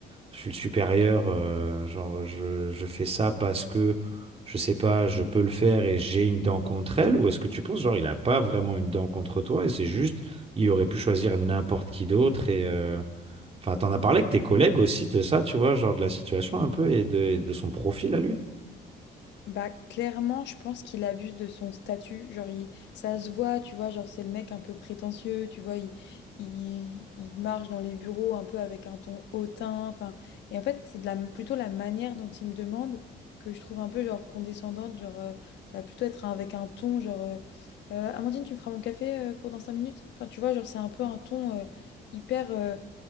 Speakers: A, on the right; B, on the left.
A: je suis le supérieur, euh, genre je, je fais ça parce que je sais pas, je peux le faire et j'ai une dent contre elle, ou est-ce que tu penses genre il a pas vraiment une dent contre toi et c'est juste il aurait pu choisir n'importe qui d'autre et euh, enfin t'en as parlé avec tes collègues aussi de ça, tu vois, genre de la situation un peu et de, et de son profil à lui?
B: Bah, clairement, je pense qu'il abuse de son statut. Genre, il- ça se voit, tu vois, genre, c'est le mec un peu prétentieux, tu vois, il, il, il marche dans les bureaux un peu avec un ton hautain. Enfin, et en fait, c'est de la, plutôt la manière dont il me demande que je trouve un peu, genre, condescendante. Genre, euh, ça va plutôt être un- avec un ton, genre, euh, Euh, Amandine, tu me feras mon café euh, pour dans 5 minutes? Enfin, tu vois, genre, c'est un peu un ton euh, hyper. euh,